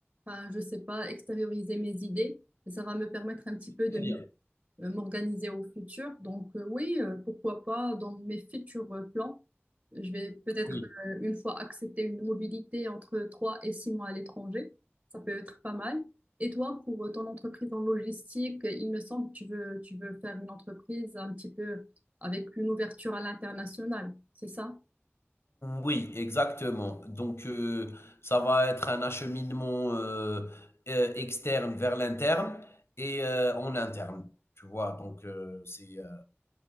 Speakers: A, on the right; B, on the left.
A: enfin, je sais pas, extérioriser mes idées. Et ça va me permettre un petit peu
B: Très
A: de m-
B: bien.
A: euh, m'organiser au futur. Donc, euh, oui, euh, pourquoi pas, dans mes futurs euh, plans, je vais peut-être,
B: Oui.
A: euh, une fois accepter une mobilité entre trois et six mois à l'étranger. Ça peut être pas mal. Et toi, pour euh, ton entreprise en logistique, il me semble que tu veux, tu veux faire une entreprise un petit peu avec une ouverture à l'international, c'est ça?
B: Oui, exactement. Donc, euh, ça va être un acheminement euh, euh, externe vers l'interne et euh, en interne. Tu vois, donc euh, c'est euh,